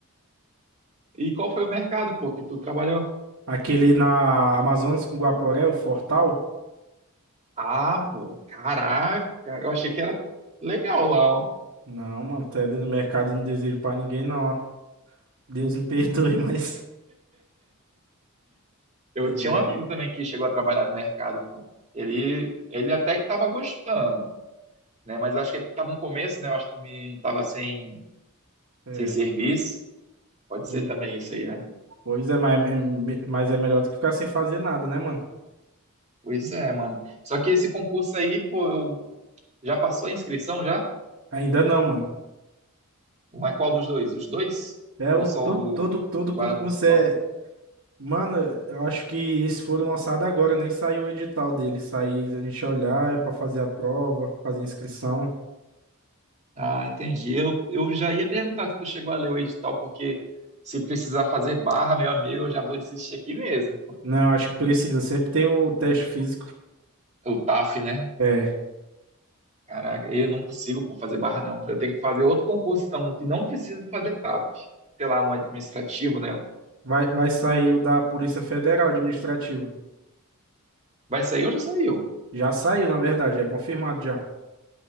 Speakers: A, on the right; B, on the right.
A: E qual foi o mercado, pô, que tu trabalhou?
B: Aquele na Amazonas com Guaporé, o Fortal?
A: Ah, pô, caraca, eu achei que era legal lá, ó.
B: Não, mano, até doido. Mercado eu não desejo pra ninguém, não, ó. Deus me <laughs> perdoe, mas.
A: Eu
B: É.
A: tinha um amigo também que chegou a trabalhar no mercado, pô. Ele, ele até que tava gostando, né? Mas eu acho que é porque tava no começo, né? Eu acho que o menino tava sem,
B: É.
A: sem serviço. Pode
B: Pois
A: ser também isso aí, né?
B: pois é, mas é, é me- mas é melhor do que ficar sem fazer nada, né, mano?
A: Pois é, mano. Só que esse concurso aí, pô, eu já passou a inscrição já?
B: Ainda não, mano.
A: Mas qual dos dois? Os dois?
B: É,
A: Ou
B: o,
A: só
B: todo,
A: o do
B: todo, todo concurso
A: guarda municipal?
B: é. Mano, eu acho que esses foram lançados agora, nem saiu o edital deles. Sair, a gente olhar, é pra fazer a prova, fazer a inscrição.
A: Ah, entendi. Eu, eu já ia perguntar se tu chegou a ler o edital, porque se precisar fazer barra, meu amigo, eu já vou desistir aqui mesmo.
B: Não, acho que precisa, sempre tem o teste físico.
A: O TAF, né?
B: É.
A: Caraca, eu não consigo pô, fazer barra, não. Eu tenho que fazer outro concurso, então, que não precisa fazer TAF. Sei lá, um administrativo, né?
B: Vai, vai sair o da Polícia Federal Administrativo.
A: Vai sair ou já saiu?
B: Já saiu, na verdade, é confirmado já.